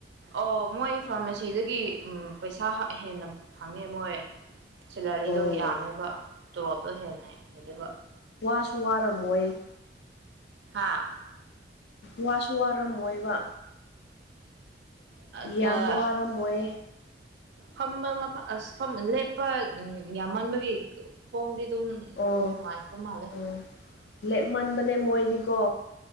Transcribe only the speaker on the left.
ꯑꯣ
ꯄꯥꯁꯨ ꯋꯥꯔꯝꯃꯣꯏ
ꯋꯥꯁꯨ ꯋꯥꯔꯝꯃꯣꯏꯕ
ꯌꯥꯝ ꯋꯥꯔꯝꯃꯣꯏ
ꯑꯣ
ꯑꯣ ꯂꯦꯞꯃꯟꯕꯅꯦ ꯃꯣꯏꯗꯤꯀꯣ